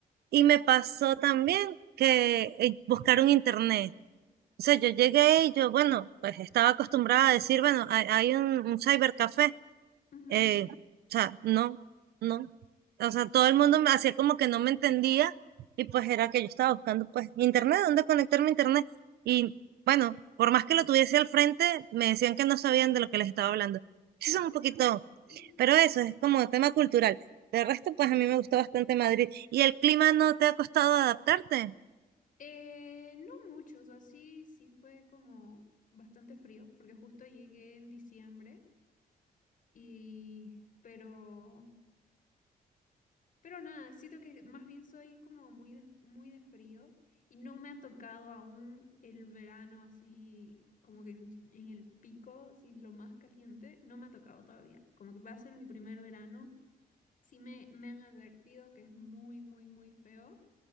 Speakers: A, on the right; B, on the left.
A: y me pasó también que eh, buscaron internet. O sea, yo llegué y yo, bueno, pues estaba acostumbrada a decir, bueno, hay, hay un, un cybercafé.
B: Ujú.
A: eh, o sea, no, no. o sea, todo el mundo me hacía como que no me entendía y pues era que yo estaba buscando pues internet, dónde conectarme a internet. Y bueno, por más que lo tuviese al frente, me decían que no sabían de lo que les estaba hablando. Sí, son un poquito,
B: <laughs>
A: pero eso es como tema cultural. De resto,
B: Ujú.
A: pues a mí me gustó bastante Madrid. ¿Y el clima no te ha costado adaptarte?
B: Eh, no mucho, o sea, sí, sí fue como bastante frío, porque justo llegué en diciembre y, pero, pero nada, siento que más bien soy como muy de, muy de frío y no me ha tocado aún el verano así, como que en, en el pico, así lo más caliente, no me ha tocado todavía, como que va a ser mi primer verano, sí me, me han advertido que es muy, muy, muy feo